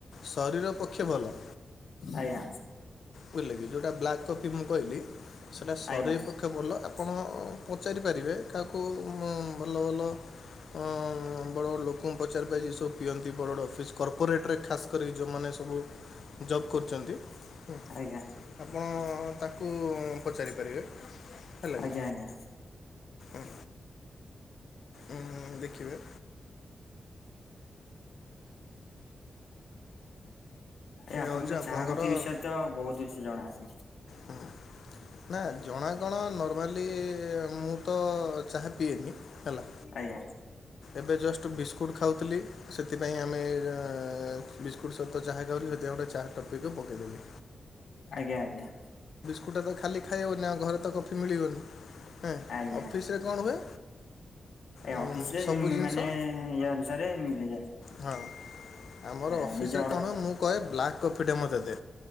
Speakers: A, on the left; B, on the left.
A: ଶରୀର ପକ୍ଷେ ଭଲ।
B: ଆଜ୍ଞା।
A: ବୁଝିଲେ କି ଯୋଉଟା ବ୍ଲାକ୍ କଫି ମୁଁ କହିଲି, ସେଟା ଶରେ
B: ଆଜ୍ଞା
A: ପକ୍ଷ ଭଲ। ଆ ଆପଣ ପଚାରିପାରିବେ କାହାକୁ ଭଲ ଭଲ ଅ, ବଡ ବଡ ଲୋକଙ୍କୁ ପଚାରପାଇବେ ସବୁ ପିଅନ୍ତି ବଡ ବଡ ଅଫିସ୍ କର୍ପୋରେଟ୍ ରେ ଖାସ୍ କରି ଯୋଉମାନେ ସବୁ ଜବ୍ କରୁଚନ୍ତି ଅଁ,
B: ଆଜ୍ଞା।
A: ଆପଣ ତାକୁ ପଚାରିପାରିବେ ହେଲା
B: ଆଜ୍ଞା
A: କି?
B: ଆଜ୍ଞା
A: ଅଁ, ଉଁ, ଦେଖିବେ
B: ଏ ଆପଣ
A: ହେଉଛି
B: ତ
A: ଆପଣଙ୍କର
B: ଚା କଫି ବିଷୟରେ ତ ବହୁତ୍ କିଛି ଜଣା ଅଛି।
A: ହଁ। ନା ଜଣା କଣ ନର୍ମାଲି ମୁଁ ତ ଚାହା ପିଏନି। ହେଲା,
B: ଆଜ୍ଞା
A: ଏବେ ଜଷ୍ଟ୍ ବିସ୍କୁଟ୍ ଖାଉଥିଲି। ସେଥିପାଇଁ ଆମେ ର-ବିସ୍କୁଟ୍ ସହିତ ଚାହା ଖାଉଥିଲି। ସେଥିପାଇଁ ଗୋଟେ ଚାହା ଟପିକ୍ କୁ ପକେଇ ଦେଲି।
B: ଆଜ୍ଞା, ଆଜ୍ଞା।
A: କୁଟା ତ ଖାଲି ଖାଇହବନି ଆଉ ଘରେ ତ କଫି ମିଳିବନି। ଏଁ,
B: ଆଜ୍ଞା
A: ଅଫିସ୍ ରେ କଣ ହୁଏ
B: ଏ
A: ଉଁ,
B: ଅଫିସ୍ ରେ
A: ସବୁ
B: ଯେ
A: ଜିନିଷ
B: ମାନେ ଇଏ ଅନୁସାରେ ମିଳିଯାଏ।
A: ହଁ ଆମର
B: ଆଜ୍ଞା
A: ଅଫିସ୍
B: ନିଜ
A: ରେ
B: ଅର୍ଡର
A: କଣ ମୁଁ କହେ ବ୍ଲାକ୍ କଫି ଟେ ମୋତେ ଦେ।